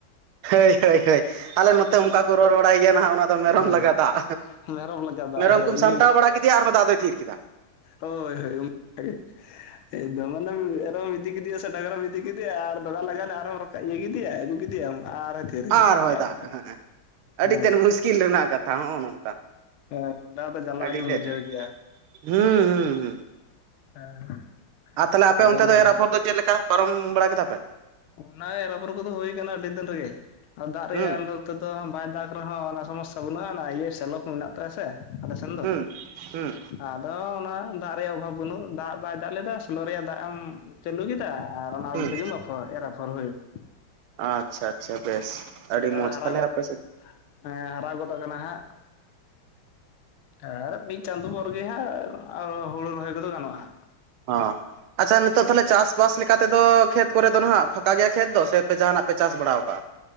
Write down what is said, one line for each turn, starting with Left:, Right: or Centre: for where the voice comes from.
Right: ᱦᱳᱭ ᱦᱳᱭ ᱦᱳᱭ ᱟᱞᱮ ᱱᱚᱛᱮ ᱚᱱᱠᱟ ᱠᱚ ᱨᱚᱲ ᱵᱟᱲᱟᱭ ᱜᱮᱭᱟ ᱱᱟᱦᱟᱜ ᱚᱱᱟ ᱫᱚ ᱢᱮᱨᱚᱢ
Left: ᱦᱳᱭ
Right: ᱞᱟᱜᱟ ᱫᱟᱜ
Left: ᱢᱮᱨᱚᱢ ᱞᱟᱜᱟ ᱫᱟᱜ
Right: ᱢᱮᱨᱚᱢ
Left: ᱦᱳᱭ
Right: ᱠᱚᱢ ᱥᱟᱢᱴᱟᱣ ᱵᱟᱲᱟ ᱠᱮᱫᱮᱭᱟ ᱟᱨ ᱦᱚᱸ ᱫᱟᱜ ᱫᱚᱭ ᱛᱷᱤᱨ ᱠᱮᱫᱟ
Left: ᱦᱳᱭ ᱦᱳᱭ ᱚᱱᱠᱟᱜᱤ ᱮᱫᱚᱢ ᱢᱟᱱᱮ ᱢᱮᱨᱚᱢ ᱤᱫᱤ ᱠᱮᱫᱮᱭᱟ ᱥᱮ ᱰᱟᱝᱨᱟᱢ ᱤᱫᱤ ᱠᱮᱫᱮᱭᱟ ᱟ ᱟᱨ ᱫᱟᱫᱟ ᱞᱟᱜᱮ ᱟᱨᱦᱚᱸ ᱤᱭᱟᱹ ᱠᱮᱫᱮᱭᱟ ᱟᱹᱜᱩ ᱠᱮᱫᱮᱭᱟᱢ ᱟᱨᱦᱭ ᱛᱷᱤᱨ
Right: ᱟᱨᱦᱚᱸᱭ
Left: ᱠᱮᱫᱟ
Right: ᱫᱟᱜ
Left: ᱚᱱᱠᱟ
Right: ᱦᱮᱸ ᱦᱮᱸ ᱟᱹᱰᱤ
Left: ᱦᱮᱸ
Right: ᱛᱮᱫ ᱢᱩᱥᱠᱤᱞ ᱨᱮᱱᱟᱜ ᱠᱟᱛᱷᱟ ᱦᱚᱸᱜᱼᱚ ᱱᱚᱝᱠᱟ
Left: ᱦᱮᱸ ᱚᱱᱟ ᱫᱚ ᱡᱟᱞᱟ
Right: ᱟᱹᱰᱤ
Left: ᱜᱮᱢ
Right: ᱛᱮᱫ
Left: ᱵᱩᱡᱷᱟᱹᱣ ᱜᱮᱭᱟ
Right: ᱦᱩᱸ ᱦᱩᱸ ᱦᱩᱸ
Left: ᱦᱮᱸ
Right: ᱟᱨ ᱛᱷᱟᱞᱮ ᱟᱯᱮ
Left: ᱟᱫᱚ
Right: ᱚᱱᱛᱮ
Left: ᱚᱱᱮ
Right: ᱫᱚ ᱮᱨ ᱟᱯᱷᱚᱨ ᱫᱚ ᱪᱮᱫ ᱞᱮᱠᱟ ᱯᱟᱨᱚᱢ ᱵᱟᱲᱟ ᱠᱮᱫᱟ ᱯᱮ?
Left: ᱚᱱᱟ ᱮᱨ ᱟᱯᱚᱨ ᱠᱚᱫᱚ ᱦᱩᱭ ᱠᱟᱱᱟ ᱟᱹᱰᱤ ᱫᱤᱱ ᱨᱮᱜᱮ ᱟᱨ ᱫᱟᱜ ᱨᱮᱭᱟᱜ
Right: ᱦᱩᱸ
Left: ᱱᱚᱛᱮᱫᱚ ᱵᱟᱭ ᱫᱟᱜ ᱨᱮᱦᱚᱸ ᱚᱱᱟ ᱥᱚᱢᱚᱥᱟ ᱵᱟᱹᱱᱩᱜᱼᱟ ᱤᱭᱟᱹ ᱥᱮᱞᱳ ᱠᱚ ᱢᱮᱱᱟᱜ ᱛᱟᱭᱟ ᱥᱮ ᱟᱞᱮ ᱥᱮᱱ ᱫᱚ
Right: ᱦᱩᱸ ᱦᱩᱸ
Left: ᱟᱫᱚ ᱚᱱᱟ ᱫᱟᱜ ᱨᱮᱭᱟᱜ ᱚᱵᱷᱟᱵ ᱵᱟᱹᱱᱩᱜ ᱫᱟᱜ ᱵᱟᱭ ᱫᱟᱜ ᱞᱮᱫᱟ ᱥᱚᱞᱳ ᱨᱮᱭᱟᱜ ᱫᱟᱜ ᱮᱢ ᱪᱟᱹᱞᱩ ᱠᱮᱫᱟ ᱟᱨ ᱚᱱᱟ
Right: ᱦᱩᱸ
Left: ᱛᱮᱜᱮᱢ ᱟᱯ ᱦᱚᱭ ᱮᱨ ᱟᱯᱷᱚᱨ ᱦᱩᱭ
Right: ᱟᱪᱪᱷᱟ ᱟᱪᱪᱷᱟ ᱵᱮᱥ ᱟᱹᱰᱤ ᱢᱚᱸᱡᱽ
Left: ᱦᱟᱨᱟ
Right: ᱛᱟᱦᱚᱞᱮ
Left: ᱜᱚᱫ
Right: ᱟᱯᱮ ᱥᱮᱫ
Left: ᱦᱮᱸ ᱦᱟᱨᱟ ᱜᱚᱫ ᱟᱠᱟᱱᱟ ᱦᱟᱸᱜ ᱟᱨ ᱢᱤᱫ ᱪᱟᱸᱫᱳ ᱯᱚᱨ ᱜᱮ ᱦᱟᱸᱜ ᱦᱩᱲᱩ ᱨᱚᱦᱚᱭ ᱠᱚᱫᱚ ᱜᱟᱱᱚᱜᱼᱟ ᱦᱟᱸᱜ
Right: ᱦᱚᱸ ᱟᱪᱪᱷᱟ ᱱᱤᱛᱚᱜ ᱛᱟᱦᱚᱞᱮ ᱪᱟᱥ-ᱵᱟᱥ ᱞᱮᱠᱟᱛᱮᱫᱚ ᱠᱷᱮᱛ ᱠᱚᱨᱮ ᱫᱚ ᱱᱟᱦᱟᱜ ᱯᱷᱟᱸᱠᱟ ᱜᱮᱭᱟ ᱠᱷᱮᱛ ᱫᱚ ᱥᱮ ᱡᱟᱦᱟᱸᱱᱟᱜ ᱯᱮ ᱪᱟᱥ ᱵᱟᱲᱟᱣ ᱠᱟᱜᱼᱟ